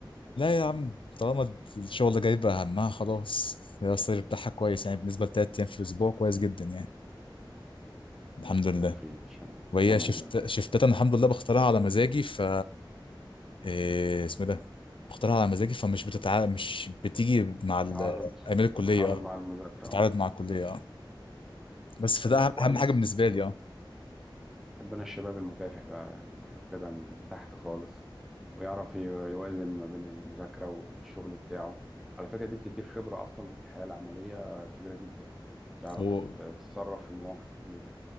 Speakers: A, on the left (about 80°); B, in the centre.
A: لا يا عم طالما الشغل ده جايب همها خلاص هي السالري بتاعها كويس يعني بالنسبة لتلات أيام في الأسبوع كويس جدا يعني الحمد
B: <laughs>
A: لله
B: توفيق إن شاء الله
A: وهي
B: الحمد
A: شفت
B: لله يا رب
A: شفتات أنا الحمد لله بختارها على مزاجي ف إيه اسمه ده بختارها على مزاجي فمش بتتع مش بتيجي مع ال-
B: تعارض
A: أيام الكلية
B: بتعارض
A: اه
B: مع المذاكرة
A: بتتعارض
B: أهو
A: مع الكلية
B: تمام
A: اه بس فده
B: والله كويس
A: أهم حاجة بالنسبة لي اه
B: بحب انا الشباب المكافح ده يعني واخدها من تحت خالص ويعرف ي- يوازن ما بين المذاكرة والشغل بتاعه على فكرة دي بتديك خبرة اصلا في الحياة العملية كبيرة جدا تعرف
A: هو
B: تتصرف في مواقف كتير